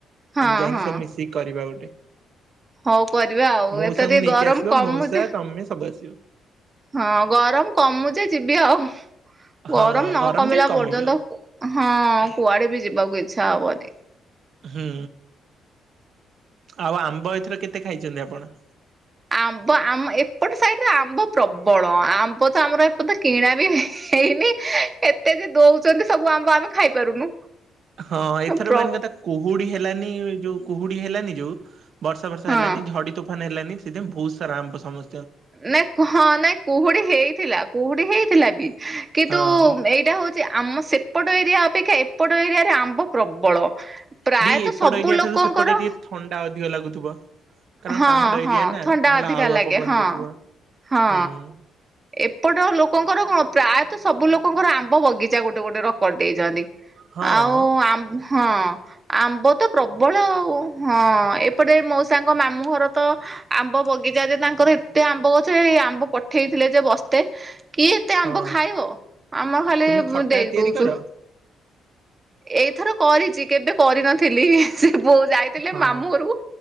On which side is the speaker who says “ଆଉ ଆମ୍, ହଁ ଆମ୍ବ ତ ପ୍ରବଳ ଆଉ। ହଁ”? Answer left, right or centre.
Right